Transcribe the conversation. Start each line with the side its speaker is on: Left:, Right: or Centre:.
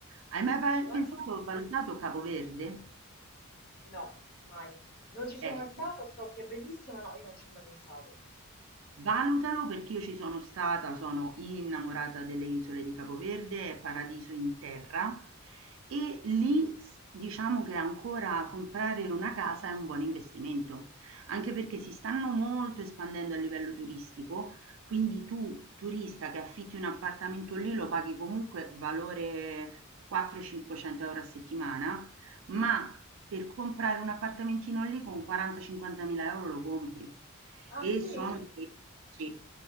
Right: Hai
Left: Mh,
Right: mai pa-
Left: cioè?
Right: pensato, valutato Capoverde?
Left: No, mai. Non ci sono
Right: Ecco,
Left: mai stata, so che è bellissimo, no, io non ci ho mai pensato.
Right: Valutalo perché io ci sono stata, sono innamorata delle isole di Capo Verde, è paradiso in terra e lì s- diciamo che ancora comprare una casa è un buon investimento, anche perché si stanno molto espandendo a livello turistico, quindi tu turista che affitti un appartamento lì lo paghi comunque valore 400-500 euro a settimana, ma per comprare un appartamentino lì con 40-50 mila euro lo compri.
Left: Ah
Right: E
Left: sì?
Right: sono di sì,